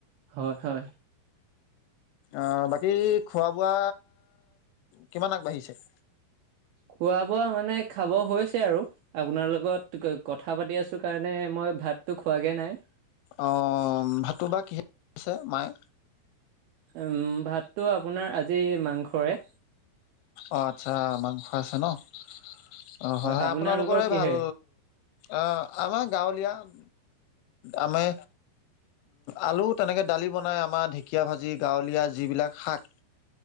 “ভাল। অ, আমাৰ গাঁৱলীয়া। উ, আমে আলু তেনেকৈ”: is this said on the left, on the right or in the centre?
Left